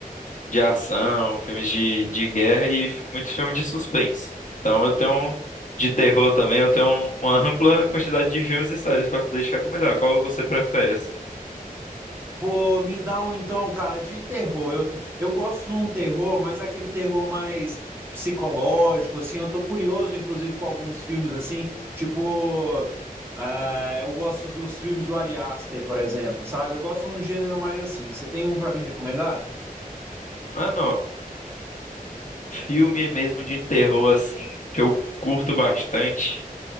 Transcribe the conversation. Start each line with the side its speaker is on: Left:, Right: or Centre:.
Left: de ação, filmes de, de guerra e f- muito filme de suspense. Então eu tenho, de terror também, eu tenho uma ampla quantidade de filmes e séries pra poder te recomendar. Qual você prefere, assim?
Right: Pô, me dá um então, cara, de terror. Eu, eu gosto de um terror, mas é aquele terror mais psicológico, assim. Eu tô curioso, inclusive, com alguns filmes, assim, tipo. ah, eu gosto dos filmes do Ari Aster, por exemplo, sabe? Eu gosto de um gênero mais assim. Você tem um pra me recomendar?
Left: Mano, Filme mesmo de terror, assim, que eu curto bastante